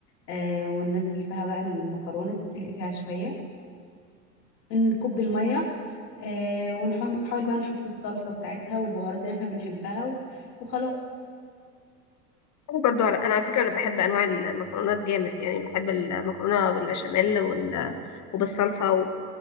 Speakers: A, on the left (about 75°); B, on the left (about 35°).
A: آه، وننزل فيها بقى المكرونة تتسلق فيها شوية نكب المية آه، ونحاول بقى نحط الصلصة بتاعتها والبهارات اللي احنا بنحبها و- وخلاص
B: انا برضو على... انا على فكره انا بحب انواع المكرونات جامد يعني بحب المكرونه بالبشاميل وال... وبالصلصه